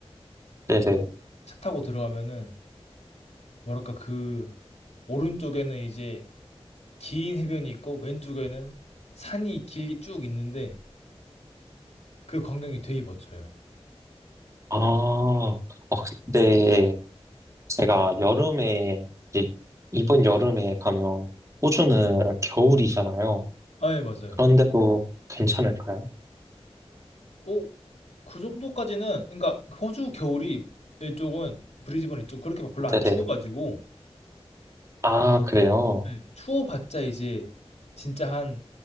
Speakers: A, on the right; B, on the left.
A: 네네.
B: 차 타고 들어가면은 뭐랄까 그 오른쪽에는 이제 긴 해변이 있고 왼쪽에는 산이 길게 쭉 있는데 그 광경이 되게 멋져요.
A: 아, 어, 근데 제가 여름에, 이제 이번 여름에 가면 호주는 겨울이잖아요.
B: 아, 예, 맞아요.
A: 그런데도 괜찮을까요?
B: 어, 그 정도까지는 그러니까 호주 겨울이 이쪽은 브리즈번 이쪽 그렇게 막 별로
A: 네네.
B: 안 추워가지고
A: 아, 그래요?
B: 네. 추워봤자 이제 진짜 한